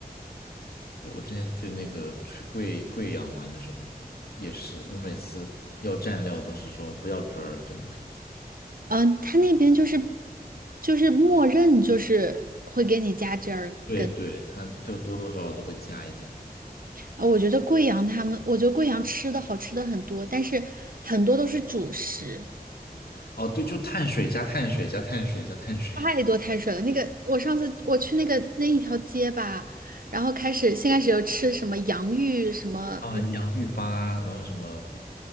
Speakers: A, on the left; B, on the right.
A: 对，我之前去那个去贵贵阳玩的时候也是，我每次要蘸料都是说不要折耳根。
B: 嗯，他那边就是就是默认就是会给你加折耳根。
A: 对对，它就多多少少都会加一点。
B: 啊我觉得贵阳他们，我觉得贵阳吃的好吃的很多，但是很多都是主食，
A: 哦，对，就碳水加碳水加碳水加碳水
B: 太多碳水了。那个我上次我去那个那一条街吧，然后开始先开始有吃什么洋芋什么，
A: 啊，洋芋粑，然后什么回